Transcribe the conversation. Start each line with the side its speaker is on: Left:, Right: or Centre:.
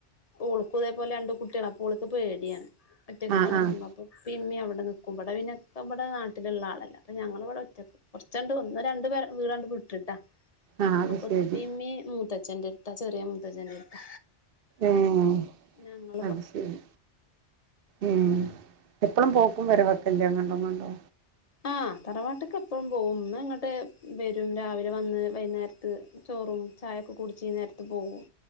Left: ഓളുകിതെ പോലെ രണ്ടു കുട്ടികളാ അപ്പൊ ഓള്ക്ക് പേട്യാണ് ഒറ്റക്ക്
Right: ആഹ്
Left: കെടക്കുമ്പോ
Right: ആഹ്
Left: അപ്പൊ ഉപ്പേംമ്മീം അവ ടെ നിക്കും ഇവടെ പിന്നെ ഇവടെ നാട്ടില്ള്ള ആളല്ലേ അപ്പോ ഞങ്ങളിവിടെ ഒറ്റക്ക് കൊറച്ചങ്ങട് ഒന്ന് രണ്ട് വീടാണ്ട് വ്ട്ടിട്ടാ
Right: ആഹ് അത്
Left: അപ്പൊപ്പേം
Right: ശരി
Left: മ്മീം മൂത്തച്ചന്റടുത്ത ചെറിയ മൂത്തച്ചന്റെ എടുത്
Right: ഏഹ്
Left: ഞങ്ങൾ
Right: അത് ശരി ഉം എപ്പഴും പോക്കും വരവൊക്ക്ല്ലേ അങ്ങണ്ടൊന്നും ഇണ്ടോ
Left: ആ തറവാട്ട്ക് എപ്പഴും പോകും പിന്നെ ഇങ്ങോട്ട് വരും രാവിലെ വന്ന് വൈകുന്നേരത്ത് ചോ റും ചായൊക്കെ കുടിച്ച് ഈ നേരത്ത് പോകും